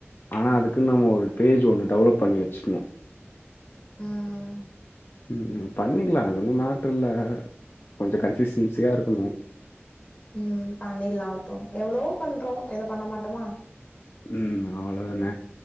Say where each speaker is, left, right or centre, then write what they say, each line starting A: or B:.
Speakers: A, on the left; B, on the left.
A: ஆனா அதுக்குனு நம்ம ஒரு பேஜ் ஒன்னு டெவலப் பண்ணி வச்சிக்ணு
B: ம்
A: ம் ம் பண்ணிக்கலா அது ஒன்னு மேட்டர் இல்ல கொஞ்சோ கன்சிஸ்டன்சியா இருக்கணு
B: ம் பண்ணிட்லாவட்டு எவ்ளோவோ பண்றோ இந்த பண்ண மாட்டோமா
A: ம் அவ்ளோதான